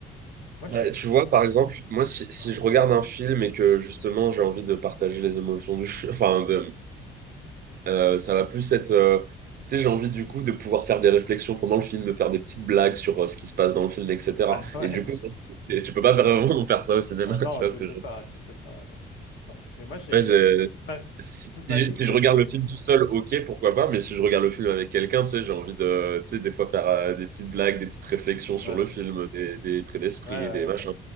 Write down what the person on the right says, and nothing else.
Ouais,
tu vois, par exemple, moi, si, si
je regarde
un film et que justement j'ai envie de partager les émotions du film, <laughs> enfin, de- euh, ça va plus être. euh, tu sais, j'ai envie du coup de pouvoir faire des réflexions pendant le film, de faire des petites blagues sur euh, ce qui se passe dans le film, etc.
Et du coup, ça, c'est- tu peux pas vraiment <laughs> faire ça au cinéma,
<laughs>
tu vois
ce que
je veux
dire
Ouais, je-
si,
si-
si
je regarde
le film tout seul, ok, pourquoi pas, mais si je regarde le film avec quelqu'un, tu sais, j'ai envie de, tu sais, des fois faire euh, des petites blagues, des petites réflexions sur
le film, des, des traits d'esprit,
des machins.